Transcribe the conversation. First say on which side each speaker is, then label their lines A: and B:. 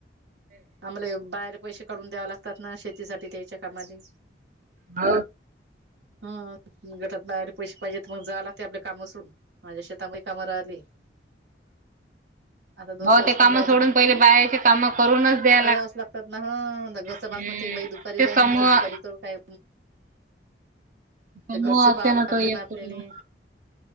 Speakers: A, on the right; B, on the right.
A: आम्हाला बाहेर पैसे काढून द्याव लागतात ना शेतीसाठीठी त्यायच्या कामाली
B: हा
A: ह गटात बाहेयला पैसे पाहिजेत तर मग जालाग ते आपल्या कामाातून माझ्या शेतामध्ये कमरा आली आता दोन
B: हो
A: दिवस
B: ते
A: खुल्ला
B: काम
A: य
B: सोडून पहिले बायाचे काम करूनच द्याय
A: करावाच लागतात ना ह घरचा
B: हम्म
A: पा म्ह ठी बाई दुपारी
B: ते
A: जाय
B: समूह
A: म्हणते दुपारी करू काय
B: समूह
A: तर घरचं
B: असते
A: पाहां लागते
B: तो एक
A: ना आपल्याला
B: पूर्ण